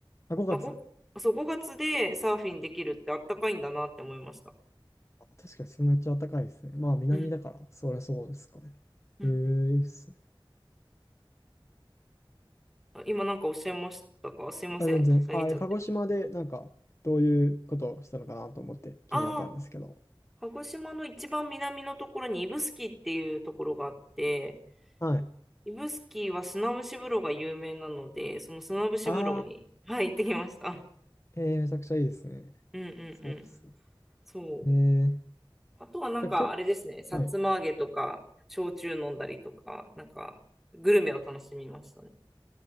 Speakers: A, on the left (about 30°); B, in the centre.
A: あ、5月。
B: あ、ごそう、5月でサーフィンできるってあったかいんだなって思いました。
A: あ確かにそれめっちゃ暖かいですね。まあ、南だから、
B: うん。
A: そりゃそうですかね。
B: うんうん。
A: えー、いいっすね。
B: あ今なんかおっしゃいましたかすいません、
A: あ、全然。
B: 下げちゃって。
A: あ、え鹿児島でなんか、どういうことをしたのかなと思って気になったんですけど。
B: ああ、鹿児島の一番南のところに指宿っていうところがあって、
A: はい。
B: 指宿は砂蒸し風呂が有名なので、その砂蒸し風呂に、
A: あ
B: はい、行ってきました。
A: ー、えー、めちゃくちゃいいですね。
B: うんうんうん。
A: そうですね。
B: そう。
A: えー、
B: あとはなんかあれですね、
A: じゃあ、け、
B: さつま揚げとか、
A: はい。
B: 焼酎飲んだりとか、なんかグルメを楽しみましたね。